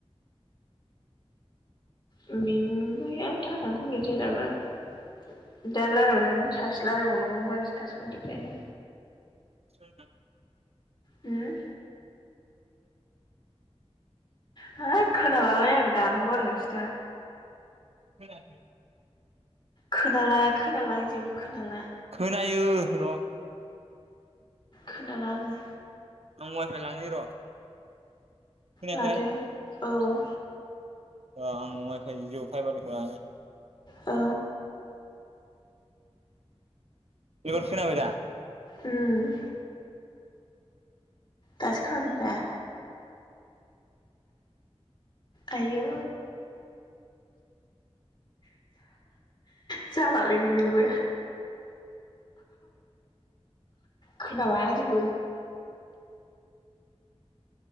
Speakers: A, on the left; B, on the right.
A: बिनिबो आरो थाजानो खमफलिट जाया दाबो दा लायलायबाव सासे रायलायबावनांगौ होनबो थास कमप्लिट जायो।
B: <inaudible>
A: होम है खोनाबलाय आं दानहरगारगोनसो दा
B: <inaudible>
A: खोनाला खोनाला आं जेबो खोनाला
B: खोनायो र'
A: खोनाला आङो।
B: आं वाइफाइ लांनि र' खोनायाखै
A: लादो औ
B: आं अवाइ फाइ जिअ फाइभारनिखौ लानानै
A: औ
B: एबार खोनाबाय दा
A: उम दासो खोनादों दा आयै जालालै नोंजोंबो खोनाला जेबो
B: ज <unintelligible>